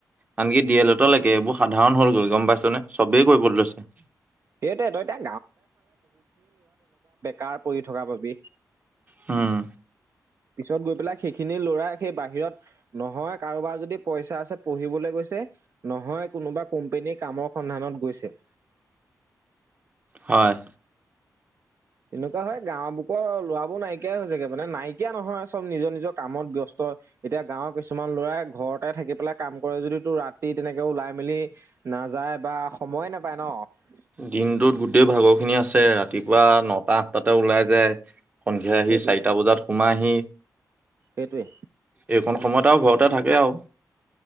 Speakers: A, on the right (about 25°); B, on the right (about 45°).
A: আনকি ডি এল এত লৈকে এইবোৰ সাধাৰণ হ'লগৈ গম পাইছ নে চবেই কৰিব লৈছে
B: সেইটোৱে তই এতিয়া কাৰ পৰি থকা পাবি
A: হম
B: পিছত গৈ পেলাই সেইখিনি ল'ৰাই সেই বাহিৰত নহয় কাৰোবাৰ যদি পইচা আছে পঢ়িবলৈ গৈছে নহয় কোনোবা কোম্পানীৰ কামক সন্ধানত গৈছে
A: হয়
B: এনেকুৱা হয় গাঁও বুকৰৰ ল'ৰাবোৰ নাইকিয়াই হৈ হৈছেগে মানে নাইকিয়া নহয় চব নিজৰ নিজৰ কামত ব্যস্ত এতিয়া গাঁৱৰ কিছুমান ল'ৰাই ঘৰতে থাকি পেলাই কাম কৰে যদিতো ৰাতি তেনেকে ওলাই মেলি নাযায় বা সময়ে নাপায় নহ
A: দিনটোত গোটেই ভাগৰ খিনি আছে ৰাতিপুৱা নটা আঠটাতে ওলাই যায় সন্ধিয়া আহি
B: সেইটো
A: চাৰিটা বজাত সোমাইহি
B: সেইটোৱে
A: এইকণ সময়ত আৰু ঘৰতে থাকে আৰু